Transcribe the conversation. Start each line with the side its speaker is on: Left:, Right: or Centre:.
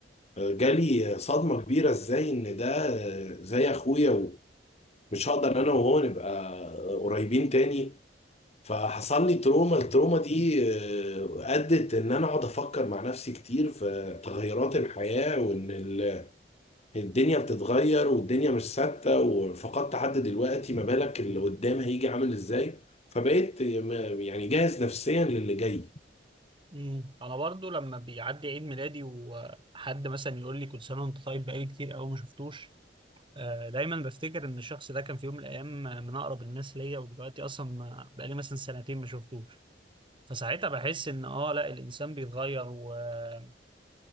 Left: آه، جالي صدمة كبيرة إزاي إن ده آه، زي أخويا مش هقدر انا وهو نبقى قريبين تاني فحصل لي تروما التروما دي آه، ادت ان انا اقعد افكر مع نفسي كتير في تغيرات الحياة وان ال- الدنيا بتتغير والدنيا مش ثابتة وفقدت حد دلوقتي ما بالك اللي قدام هيجي عامل ازاي فبقيت م- يعني جاهز نفسيا للي جاي
Right: امم انا برضو لما بيعدي عيد ميلادي وحد مثلا يقول لي كل سنه وانت طيب بقالي كتير قوي ما شفتوش آه، دايما بفتكر ان الشخص ده كان في يوم من الايام من اقرب الناس ليا ودلوقتي اصلا ما- بقالي مثلا سنتين ما شفتوش فساعتها بحس ان اه لا الانسان بيتغير وبيعدي